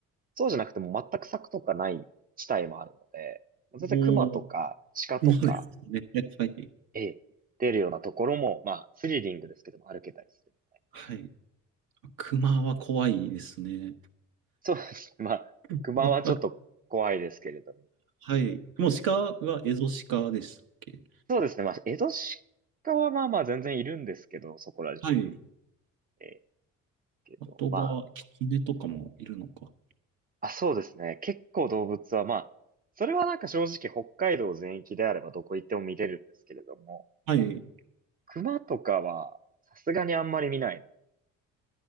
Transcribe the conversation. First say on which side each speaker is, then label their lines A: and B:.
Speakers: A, on the right; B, on the right.
A: そうじゃなくても全く柵とかない地帯もあるので、全然熊とか鹿とか、
B: もう、そうですね。<laughs> はい。
A: ええ、出るようなところも、まあスリリングですけども歩けたりするみたいな。
B: はい。熊は怖いですね。
A: そうですね。まあ、
B: <laughs>
A: 熊はちょっと怖いですけれども。
B: はい。もう鹿がエゾシカでしたっけ
A: そうですね。まあ、江戸鹿はまあまあ全然いるんですけど、そこら中に。
B: はい。
A: えーけど、
B: あとが、
A: ま
B: キツネとかもいるのか。
A: あ、あ、そうですね。結構動物は、まあ、それはなんか正直北海道全域であればどこ行っても見れるんですけれども、
B: はい。
A: 熊とかはさすがにあんまり見ないの。